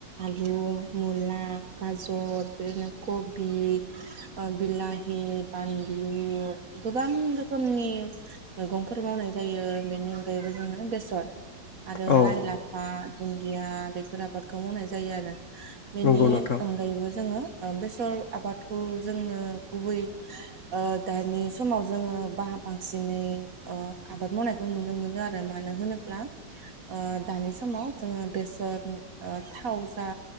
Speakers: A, on the right; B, on the left.
A: आलु मुला गाजर बिदिनो कबि ओ बिलाहि बानलु गोबां रोखोमनि मैगंफोर मावनाय जायो बेनि अनगायैबो जोङो बेसर आरो
B: औ
A: लाइ लाफा दुन्दिया बेफोर आबादखौ मावनाय जायो आरो बेनि
B: नंगौ नोंथां
A: अनगायैबो जोङो बेसर आबादखौ जोंनो गुबै ओ दानि समाव जोङो बाहा बांसिनै ओ आबाद मावनायखौ नुनो मोनो आरो मानो होनोब्ला ओ दानि समाव जोङो बेसर ओ थाव जा